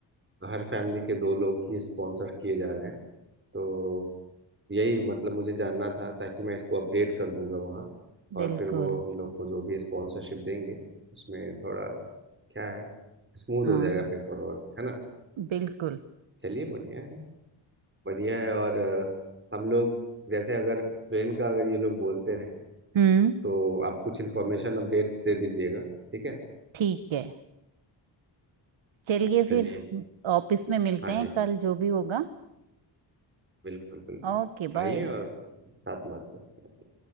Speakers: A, on the right; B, on the right.
A: हर फैमिली के दो लोग ही स्पॉन्सर किए जा रहे हैं तो यही मतलब मुझे जानना था ताकि मैं इसको अपडेट कर दूंगा वहाँ
B: बिल्कुल
A: और फिर वो हम लोग को जो भी स्पॉन्सरशिप देंगे उसमें थोड़ा क्या है स्मूथ
B: हाँ
A: हो जाएगा पेपर वर्क है ना
B: बिल्कुल
A: चलिए बढ़िया है बढ़िया है और अ, हम लोग जैसे अगर ट्रेन का अगर ये लोग बोलते हैं
B: हम्म
A: तो आप कुछ इन्फॉर्मेशन अपडेट्स दे दीजिएगा ठीक है
B: ठीक है चलिए फिर
A: चलिए
B: ऑफिस में मिलते
A: हाँ
B: हैं
A: जी
B: कल जो भी होगा
A: बिल्कुल बिल्कुल
B: Okay bye
A: आइए और साथ बात करते हैं